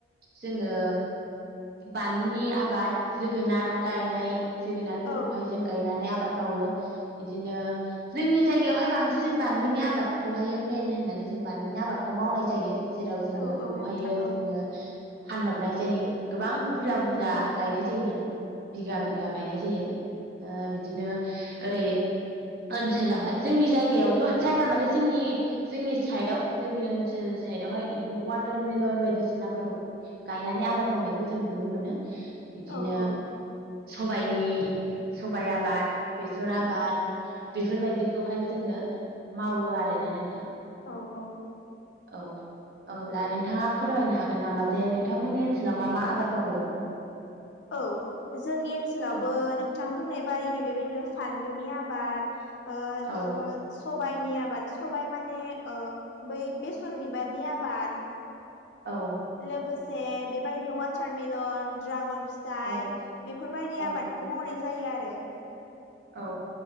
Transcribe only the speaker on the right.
जोङो बानलुनि आबाद जोगोनार गायनाय जोगोनारफोरखौहाय
जों गायनानै आबाद मावो बिदिनो जोंनि जायगायावहाय बांसिन बांसिन बानलुनि आबादखौहायो मेइन होननानै जों बानलुनि आबादखौ मावनाय जायो। जेराव जोङो
बेखौहायो
जोङो फानहरनाय जायो। गोबां बुरजा
बुरजा
गायनाय जायो नालाय। बिघा बिघा गायनाय जायो। ओ बिदिनो ओरै ओनसोलावहाय। जोंनि जायगायाव जायगा माने जोंनि जोंनि साइडआव जोंनि ओनसोल साइडावहाय बिदिनो वाटारमेलन बायदि बायदिसिनाफोरखौ गायनानै आबाद मावनायखौ जों नुनो मोनो। बिदिनो
सबाय जोंनि सबाइ आबाद, बेसर आबाद बेफोरबायदिखौहाय जोङो मावो आरोना नोंथां।
औ। अब्ला नोंथाङा फोरमायनो हागोन नामा जे नोंथांमोननि ओनसोलाव मा मा आबाद मावो?
औ
औ
औ
औ
औ
औ।